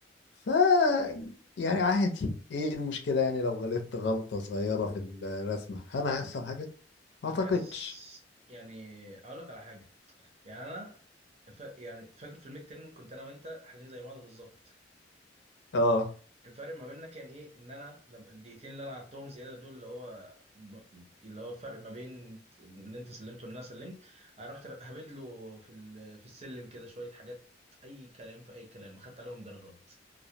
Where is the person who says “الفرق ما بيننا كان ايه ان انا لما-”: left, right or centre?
Right